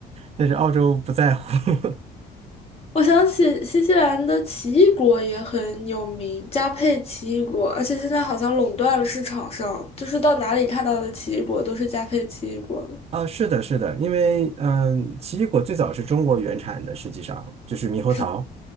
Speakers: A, on the right; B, on the left.
A: 但是澳洲不在乎。<laughs>
B: 我想起新西兰的奇异果也很有名，佳沛奇异果，而且现在好像垄断了市场上，就是到哪里看到的奇异果都是佳沛奇异果。
A: 啊，是的，是的，因为嗯，奇异果最早是中国原产的，实际上就是猕猴桃。
B: 是